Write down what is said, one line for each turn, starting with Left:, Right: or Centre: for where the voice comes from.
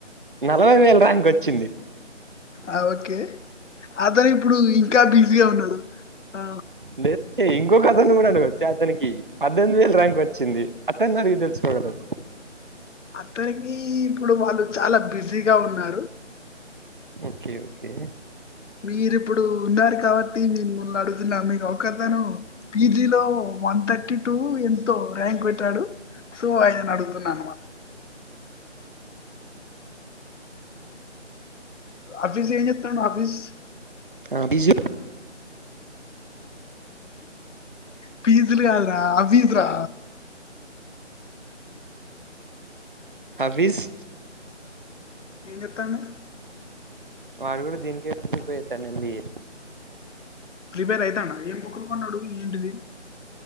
Right: నలభై వేల ర్యాంక్ వచ్చింది
Left: ఆ ఓకే అతను ఇప్పుడు ఇంకా బిజీగా ఉన్నాడు ఆ
Right: లేదు అంటే ఇంకొక అతన్ని కూడా అడగొచ్చు చ అతనికి పద్దెనిమిది వేల ర్యాంక్ వచ్చింది అతను అడిగి తెలుసుకోగలరు
Left: అతనికి ఇప్పుడు వాళ్ళు చాలా బిజీగా ఉన్నారు
Right: ఓకే ఓకే
Left: మీరు ఇప్పుడు ఉన్నారు కాబట్టి మీను మున్న అడుగుతున్నా మీరు ఒకతను పీజీలో వన్ థర్టీ టూ ఎంతో ర్యాంక్ కొట్టాడు సో ఆయిన అడుగుతున్నా అనమాట అభిస్ ఏం చెప్తున్నాడు అబీస్
Right: అభిజు
Left: ఫీజలు కాదు రా అబిస్ రా
Right: అబీస్
Left: ఏం చేతనవు
Right: వాారు కూడా దీనికే ప్రిపేర్ అయితాండు ఎంబీఏ
Left: ప్రిపేర్ అయితండా ఏం బుక్కులు కొన్నాడు ఏంటిది